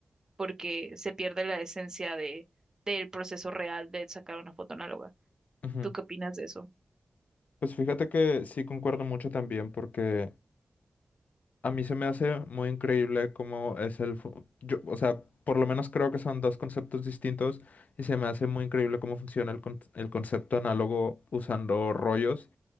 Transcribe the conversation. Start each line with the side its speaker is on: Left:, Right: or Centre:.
Right: porque se pierde la esencia de, del proceso real de sacar una foto análoga.
Left: ujú.
Right: ¿Tú qué opinas de eso?
Left: Pues fíjate que sí concuerdo mucho también porque a mí se me hace muy increíble cómo es el... fu- Yo, o sea, por lo menos creo que son dos conceptos distintos y se me hace muy increíble cómo funciona el, con- el concepto análogo usando rollos